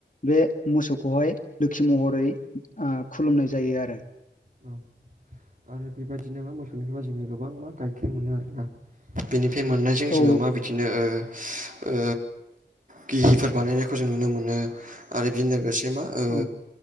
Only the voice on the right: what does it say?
औ। आरो बेबायदिनो मा मोसौनिबा जोङो गोबां मा गाइखेर मोनो आरोना बेनिफ्राय मोननाय जों जोङो
मा बिदिनो ओ ओ गिहिफोर बानायनायखौ जों नुनो मोनो। आरो बेजों लोगोसे मा ओ